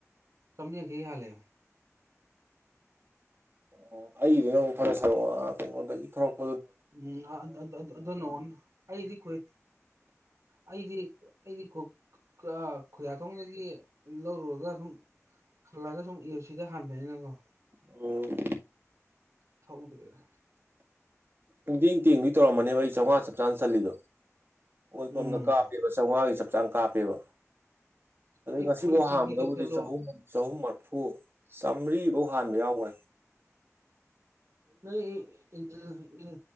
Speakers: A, on the right; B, on the right.
A: ꯆꯝꯔꯤ ꯌꯥꯡꯈꯩꯒꯤ ꯍꯥꯜꯂꯦ
B: ꯑꯣ ꯑꯩꯗꯨꯅ ꯑꯃꯨꯛ ꯐꯔ ꯁꯔꯛꯑꯣ ꯀꯩꯅꯣꯟꯗꯒꯤ ꯊꯣꯛꯄ
A: ꯎꯝ <unintelligible> ꯑꯗꯨꯅꯋꫭꯟ ꯑꯩꯗꯤ ꯀꯨꯏ ꯑꯩꯗꯤ ꯑꯩꯗꯤ <unintelligible> ꯈꯨꯌꯥꯊꯣꯡꯗꯒꯤ ꯂꯧꯔꯨꯔꯒ ꯑꯗꯨꯝ ꯍꯜꯂꯒ ꯁꯨꯝ ꯑꯦ ꯌꯨ ꯁꯤꯗ ꯍꯥꯟꯕꯅꯤꯅꯀꯣ
B: ꯎꯝ
A: ꯊꯧꯗ꯭ꯔꯦ
B: ꯄꯨꯡꯇꯦꯡ ꯇꯦꯡꯒꯩ ꯇꯧꯔꯝꯃꯅꯦꯕ ꯑꯩ ꯆꯧꯉꯥ ꯆꯞ ꯆꯥ ꯆꯜꯂꯤꯗꯣ ꯑꯣꯏꯜ ꯄꯝꯗ
A: ꯎꯝ
B: ꯀꯥꯞꯄꯦꯕ ꯆꯧꯉꯥꯒꯤ ꯆꯞ ꯆꯥꯅ ꯀꯥꯞꯄꯦꯕ ꯑꯗꯨ
A: ꯑꯩ
B: ꯉꯁꯤ
A: ꯐꯨꯜ
B: ꯃꯨꯛ
A: ꯇꯦꯡꯀꯤ
B: ꯍꯥꯟꯕꯗꯕꯨꯗꯤ
A: ꯇꯧꯁꯜꯂꯣ
B: ꯆꯍꯨꯝ ꯆꯍꯨꯝ ꯃꯔ ꯐꯨ ꯆꯥꯝꯔꯤꯕꯧ ꯍꯥꯟꯕ ꯌꯥꯎꯒ꯭ꯔꯦ
A: ꯅꯣꯏ ꯏꯟꯖꯤꯟ